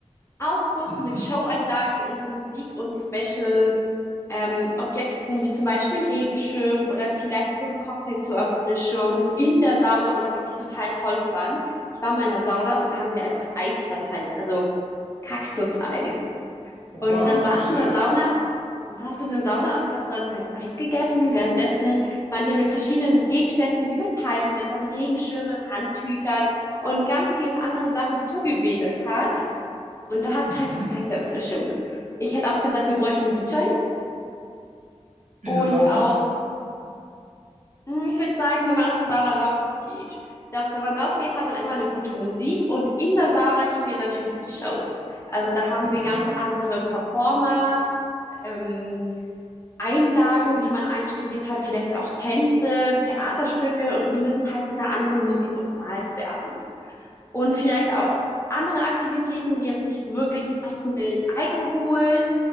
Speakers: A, on the left (about 25°); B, on the right (about 85°).
A: Aufguss
B: Mhm.
A: mit Showeinlagen und Musik und Special ähm, Objekten, wie zum Beispiel ein Regenschirm oder vielleicht so ein Cocktail zur Erfrischung in der Sauna oder was ich total toll fand. Ich war mal in der Sauna und da haben sie einfach Eis verteilt, also Kaktuseis.
B: Oha,
A: Und dann
B: das
A: saß
B: ist nicht schlecht.
A: du in der Sauna, dann saß du in der Sauna und hast dann halt Eis gegessen, währenddessen man dir mit verschiedenen Gegenständen wie mit Palmblättern, Regenschirmen, Handtüchern und ganz vielen anderen Sachen zugewedelt hat. Und da hat
B: Mhm.
A: halt die perfekte Erfrischung. Ich hätte auch gesagt, wir bräuchten einen DJ
B: In
A: und
B: der Sauna?
A: auch, hm, ich würde sagen, wenn man aus der Sauna rausgeht, dass wenn man rausgeht, hat man immer eine gute Musik und in der Sauna kommen ja natürlich die Shows. Also da haben wir
B: Aha.
A: ganz andere Performer, ähm, Einlagen, die man einstudiert hat, vielleicht auch Tänze, Theaterstücke und die müssen halt mit einer anderen Musik untermalt werden. Und vielleicht auch andere Aktivitäten, die jetzt nicht wirklich was mit Alkohol